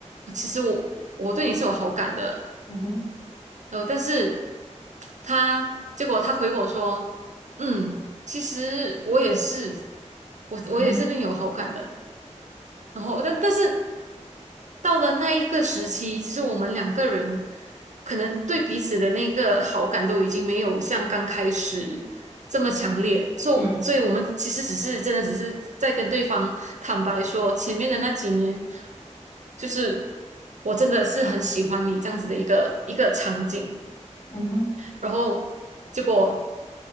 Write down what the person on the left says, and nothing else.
嗯哼，
然后
嗯
嗯哼，